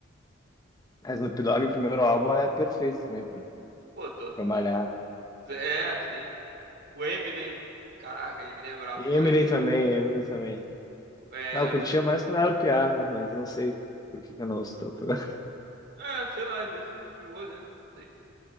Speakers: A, on the left (about 20°); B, on the right (about 60°).
A: Mas no Dogg, o primeiro álbum é perfeito também pra,
B: Pô, todo.
A: pra malhar.
B: todo- É, sim. O Eminem. Caraca, Eminem é brabo
A: E
B: demais.
A: Eminem também, Eminem também.
B: É,
A: Ah, eu curtia
B: mas,
A: mais quando era piá, mas não sei por que que eu não ouço tanto. <laughs> agora.
B: é, sei lá, às vezes enjoou, né? Sei.